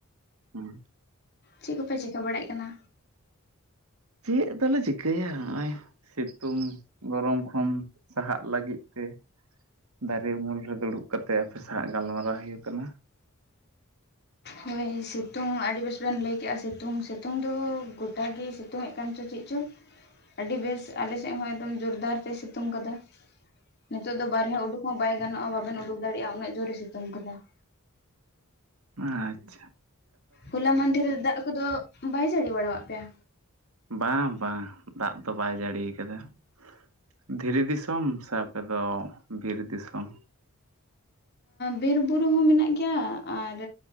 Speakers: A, on the right; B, on the left.
A: ᱦᱩᱸ
B: ᱪᱮᱜ ᱠᱚᱯᱮ ᱪᱮᱠᱟᱹ ᱵᱟᱲᱟᱭᱮᱜ ᱠᱟᱱᱟ?
A: ᱪᱮᱫ ᱫᱚᱞᱮ ᱪᱤᱠᱟᱹᱭᱟ ᱦᱚᱜᱼᱚᱭ ᱾ ᱥᱤᱛᱩᱝ ᱜᱚᱨᱚᱢ ᱠᱷᱚᱱ ᱥᱟᱦᱟᱜ ᱞᱟᱹᱜᱤᱫ ᱛᱮ ᱾ ᱫᱟᱨᱮ ᱩᱢᱩᱞ ᱨᱮ ᱫᱩᱲᱩᱵ ᱠᱟᱛᱮᱜ, ᱟᱯᱮ ᱥᱟᱶ ᱜᱟᱞᱢᱟᱨᱟᱣ ᱦᱩᱭᱩᱜ ᱠᱟᱱᱟ ᱾
B: ᱦᱚᱭ ᱥᱤᱛᱩᱝ ᱟᱹᱰᱤ ᱵᱮᱥ ᱵᱮᱱ ᱞᱟᱹᱭ ᱠᱮᱜᱼᱟ, ᱥᱤᱛᱩᱝ ᱥᱤᱛᱩᱝ ᱫᱚ ᱜᱚᱴᱟᱜᱮ ᱥᱤᱛᱩᱝ ᱥᱤᱛᱩᱝ ᱮ ᱠᱟᱱ ᱪᱚ ᱪᱮᱫ ᱪᱚ ᱟᱹᱰᱤ ᱵᱮᱥ ᱟᱞᱮ ᱥᱮᱫ ᱦᱚᱸ ᱮᱠᱫᱚᱢ ᱡᱳᱨᱫᱟᱨ ᱛᱮᱭ ᱥᱤᱛᱩᱝ ᱠᱟᱫᱟ ᱾ ᱱᱤᱛᱚᱜ ᱫᱚ ᱵᱟᱨᱦᱮ ᱩᱰᱩᱠ ᱦᱚᱸ ᱵᱟᱭ ᱜᱟᱱᱚᱜᱼᱟ᱾ ᱵᱟᱵᱮᱱ ᱩᱰᱩᱠ ᱫᱟᱲᱮᱭᱟᱜᱼᱟ ᱩᱱᱟᱹ ᱡᱳᱨᱮ ᱥᱤᱛᱩᱝ ᱠᱟᱫᱟ ᱾
A: ᱟᱪᱷᱟ
B: ᱦᱚᱞᱟ ᱢᱫᱷᱮᱨ ᱨᱮ ᱫᱟᱜ ᱠᱚᱫᱚ ᱵᱟᱭ ᱡᱟᱹᱲᱤ ᱵᱟᱲᱟᱣᱟᱫ ᱯᱮᱭᱟ
A: ᱵᱟᱝ ᱵᱟᱝ ᱫᱟᱜ ᱫᱚ ᱵᱟᱭ ᱡᱟᱹᱲᱤ ᱠᱟᱫᱟ ᱾ ᱫᱷᱤᱨᱤ ᱫᱤᱥᱚᱢ ᱥᱮ ᱟᱯᱮᱫᱚ ᱵᱤᱨ ᱫᱤᱥᱚᱢ?
B: ᱵᱤᱨᱵᱩᱨᱩ ᱦᱚᱸ ᱢᱮᱱᱟᱜ ᱜᱮᱭᱟ ᱟᱨ